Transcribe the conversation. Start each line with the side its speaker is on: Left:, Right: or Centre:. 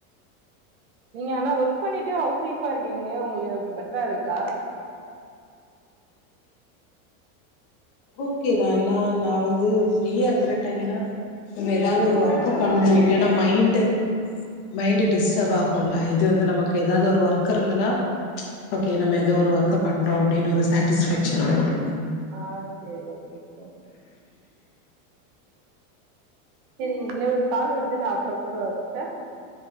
Right: நீங்க ஆனா ஒர்க் பண்ணிட்டே ஹவுஸ் ஒய்ஃபா இருக்கீங்க ஒங்களுக்கு பெட்ரா இருக்கா
Left: ஓகேதா எல்லா நா வந்து ஃப்ரீயா இருக்குற டைம் தா நம்ம எதாவ்து ஒரு ஒர்க்கு பண்ணனு இல்லனா மைண்டு மைண்டு டிஸ்டர்ப் ஆகுல இத் இது வந்து நமக்கு எதாவ்து ஒரு ஒர்க்கர் இருந்துனா ஓகே நம்ம எதோ ஒரு ஒர்க்க பண்றோ அப்டின்னு ஒரு சாட்டிஸ்ஃபேக்ஷன் இருக்கு
Right: ஆ சேரி ஓகே சிஸ்டர் சேரி உன்னொரு கால் வருது நா அப்ற கூப்டவா சிஸ்டர்